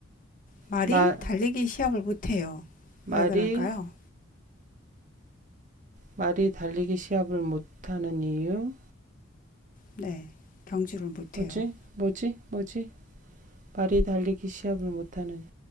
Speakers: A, on the left (about 40°); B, on the right (about 35°).
A: 말이
B: 마,
A: 달리기 시합을 못 해요.
B: 말이,
A: 왜 그럴까요?
B: 말이 달리기 시합을 못하는 이유?
A: 네, 경주를 못
B: 뭐지?
A: 해요.
B: 뭐지? 뭐지? 말이 달리기 시합을 못하는